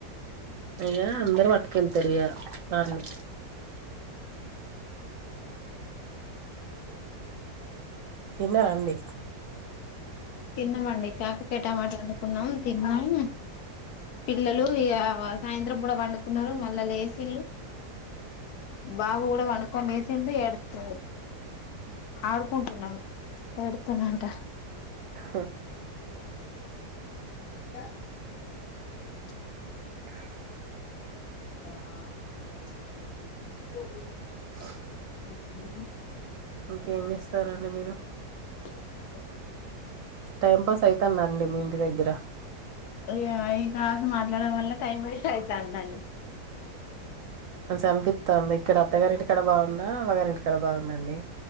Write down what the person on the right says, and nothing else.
ఇగ అందరు వట్టుకెళ్తరిగా తర్ని తిన్నారా అండి
హ
<unintelligible>
<unintelligible>
ఇంకేం చేస్తారండి మీరు
టైం పాస్ అయితందండి మీ ఇంటి దగ్గర
అనిపిస్తుందా ఇక్కడ అత్తగారి ఇంటికాడ బాగుందా ఆగారి ఇంటికాడ బాగుందండి